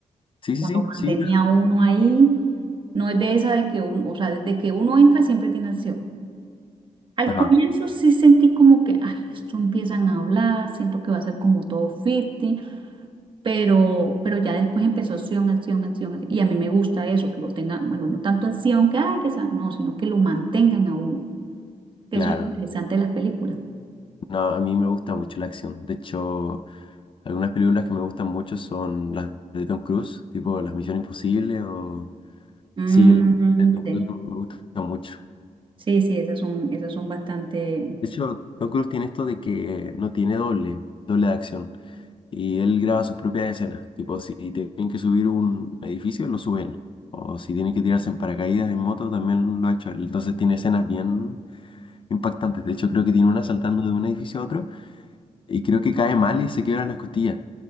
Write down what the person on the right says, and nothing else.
o sea, lo mantenía
uno ahí, no es de esa de que uno, o sea, desde que uno entra siempre tiene acción. Al
comienzo sí sentí como que, ay, esto empiezan a hablar, siento que va a ser como todo ficti, pero, pero ya después empezó acción, acción, acción, acción, y a mí me gusta eso, que lo tengan, bueno, no tanto acción que, ay, que sea, no, sino que lo mantengan a uno que
eso es lo interesante de las películas.
Mm,
sí,
sí, sí, esas son, esas son bastante...